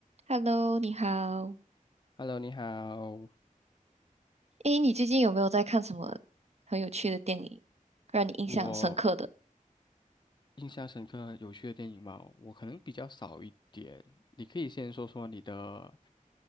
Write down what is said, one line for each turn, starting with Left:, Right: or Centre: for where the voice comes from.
Right: Hello，你好。
Left: Hello，你好。
Right: 诶，你最近有没有在看什么很有趣的电影，让你印象深刻的？
Left: 我印象深刻有趣的电影嘛，我可能比较少一点。你可以先说说你的，